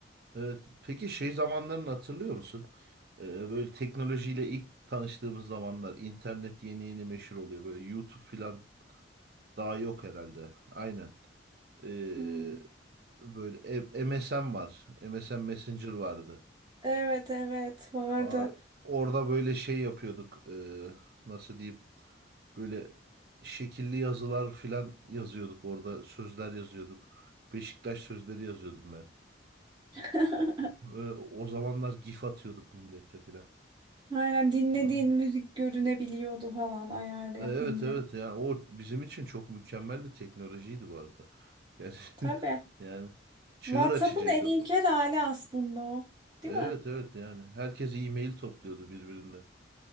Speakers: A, on the right; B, on the right.
A: Evet. Peki şey zamanlarını hatırlıyor musun? Ee, böyle teknolojiyle ilk tanıştığımız zamanlar internet yeni yeni meşhur oluyor. Böyle YouTube falan daha yok herhalde. Aynen. Ee,
B: Hmm.
A: böyle e- MSN var. MSN Messenger vardı.
B: Evet evet vardı.
A: Aa, Orada böyle şey yapıyorduk. eee, nasıl diyeyim? Böyle şekilli yazılar filan yazıyorduk orada. Sözler yazıyorduk. Beşiktaş sözleri yazıyordum ben.
B: <laughs>
A: Ve o zamanlar gif atıyorduk millete filan.
B: Aynen dinlediğin
A: Aa,
B: müzik görünebiliyordu falan ayarlı
A: Evet
B: yapınca.
A: evet yani o bizim için çok mükemmel bir teknolojiydi bu arada. Yani,
B: Tabii.
A: <laughs> yani çığır
B: WhatsApp'ın
A: açıcıydı
B: en ilkel
A: o.
B: hali aslında o. Değil
A: Evet
B: mi?
A: evet yani herkes e-mail topluyordu birbirinden.